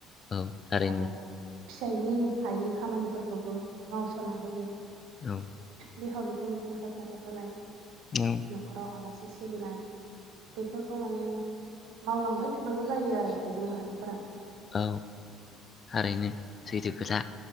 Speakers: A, on the left; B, on the right.
A: औ थारैनो
B: आरो फिसाइनि हायै खामानिफोरखौबो मावसना होयो।
A: औ
B: बिहाव बिखुनजोखौ हेफाजाब होनाय
A: औ
B: नखराव आला सि-सिबिनाय बेफोरखौ माने मावलांबाय थानांगौ जायो आरो आइजो माहारिफोरा।
A: औ थारैनो सैथो खोथा